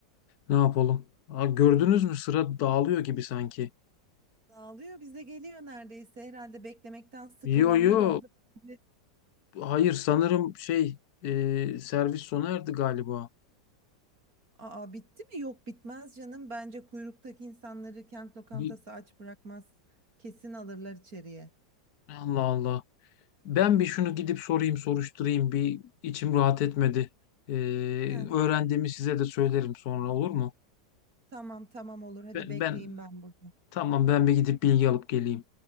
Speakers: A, on the left (about 60°); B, on the right (about 50°).
A: Ne yapalım? Aa, gördünüz mü sıra dağılıyor gibi sanki.
B: Dağılıyor bize geliyor neredeyse. Herhalde beklemekten sıkılanlar
A: Yo yo
B: oldu. Bence-
A: hayır sanırım şey e, servis sona erdi galiba.
B: Aa bitti mi? Yok bitmez canım. Bence kuyruktaki insanları kent lokantası
A: Bir,
B: aç bırakmaz. Kesin alırlar içeriye.
A: Allah Allah. Ben bir şunu gidip sorayım soruşturayım bir içim rahat etmedi. E,
B: Heh,
A: öğrendiğimi size de söylerim sonra olur mu?
B: tamam tamam olur. Hadi
A: Ben,
B: bekleyeyim
A: ben
B: ben burada.
A: tamam ben bir gidip bilgi alıp geleyim.